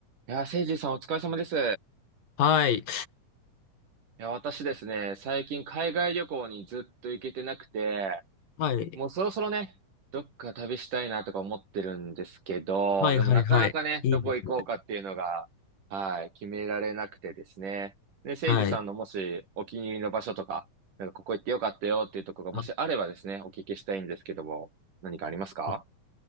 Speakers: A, on the right (about 65°); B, on the left (about 85°).
A: いやー、せいじさんお疲れ様です。
B: はい。
A: いや、私ですね、最近海外旅行にずっと行けてなくて、
B: はい。
A: もうそろそろね、どっか旅したいなとか思ってるんですけど、
B: はい、
A: でもなかなかね、
B: はい、はい。いいですね。
A: どこ行こうかっていうのが、はい、決められなくてですね。で、せいじさんのもしお気に入りの場所とか、
B: はい。
A: なんかここ行ってよかったよっていうところがもしあればですね、
B: あ
A: お聞きしたいんですけども、何かありますか
B: えっ